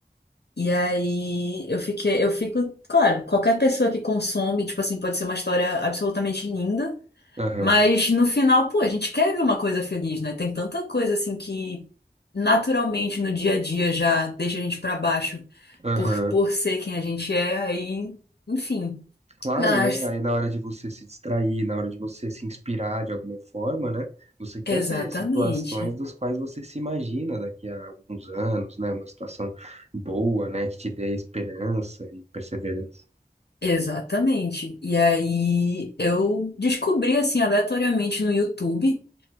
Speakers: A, on the left; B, on the right.
A: E aí eu fiquei, eu fico, claro, qualquer pessoa que consome, tipo assim, pode ser uma história absolutamente linda,
B: Aham,
A: mas no final, pô, a gente quer ver uma coisa feliz, né? Tem tanta coisa assim que naturalmente no dia a dia já deixa a gente pra baixo
B: aham.
A: por por ser quem a gente é, aí, enfim.
B: Claro,
A: Mas
B: né? Aí na hora de você se distrair, na hora de você se inspirar de alguma forma, né? Você quer
A: exatamente.
B: ter situações das quais você se imagina daqui a alguns anos, né? Uma situação boa, né? Que te dê esperança e perseverança.
A: Exatamente. E aí eu descobri assim aleatoriamente no YouTube